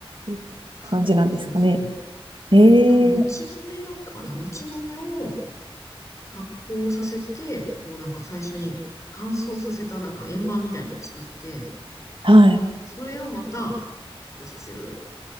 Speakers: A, on the right; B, on the left.
A: る感じなんですかね。
B: そうそうそうそう。
A: え
B: なんかもち米だったかなもち米を
A: え
B: 発酵させて、こうなんか最初に乾燥させたなんか円盤みたいなのを作って、
A: はい。
B: それをまた発酵させるって